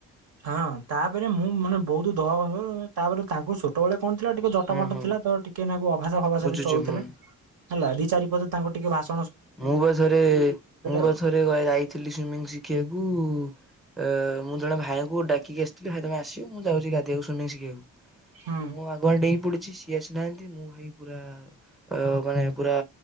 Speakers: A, on the right (about 60°); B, in the centre.
A: ହଁ ତାପରେ ମୁଁ ମାନେ ବହୁତୁ ଦହଗଞ୍ଜ, ତାପରେ ତାଙ୍କୁ ଶୁ ସେତବେଳେ କଣ ଥିଲା ଟିକେ ଜଟଫଟ
B: ହୁଁ ହୁଁ
A: ଥିଲା ତ ଟିକେନାକୁ ଅଭାଷା ଫଭାଷା
B: ବୁଝୁଛି
A: ବି ଚଳୁଥିଲା।
B: ହୁଁ
A: ହେଲା ଦି ଚାରିପଦ ତାଙ୍କୁ ଟିକେ ଭାଷ୍
B: ମୁଁ ପା ଥରେ ମୁଁ ପା
A: ଆଉ।
B: ଥରେ ଯାଇଥିଲି ସୁଇମିଂ ଶିଖିବାକୁ ଏ-ଏ ମୁଁ ଜଣେ ଭାଇଙ୍କୁ ଡାକିକି ଆସ୍ <inaudible> ଭାଇ ତମେ ଆସିବ ମୁଁ ଯାଉଚି ଗାଧେଇବାକୁ ସୁଇମିଙ୍ଗ୍ ଶିଖିବାକୁ
A: ହୁଁ
B: ମୁଁ ଆଉ ଆଗୁଆ ଡେଇଁ ପଡିଚି ସିଏ ଆସିନାହାନ୍ତି ମୁଁ ଭାଇ ପୁରା ଆ ଅ-ଅ କଣ ହେଇ ପୁରା